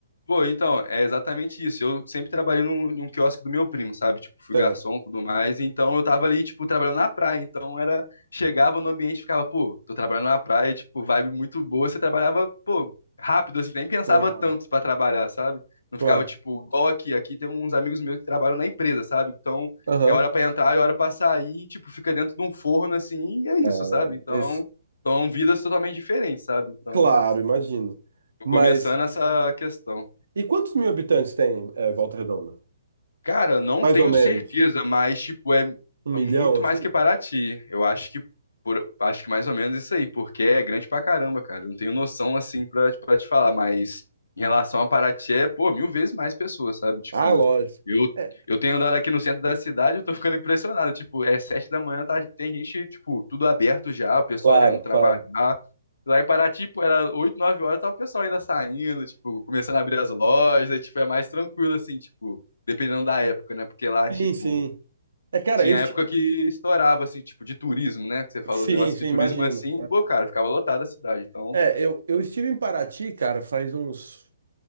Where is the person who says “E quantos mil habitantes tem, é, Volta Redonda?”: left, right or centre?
Right